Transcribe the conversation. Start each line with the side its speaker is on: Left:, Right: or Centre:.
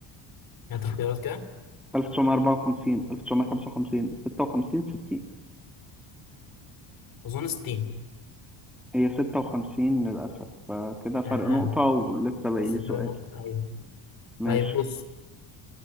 Left: هات اختيارات كده
Centre: 1954 1955 56 60
Left: أظن 60
Centre: هي 56 للأسف فكده فرق
Left: آه
Centre: نقطة ولسه باقي
Left: لسه
Centre: لي سؤال
Left: فرق نقطة أيوة
Centre: ماشي
Left: طيب بص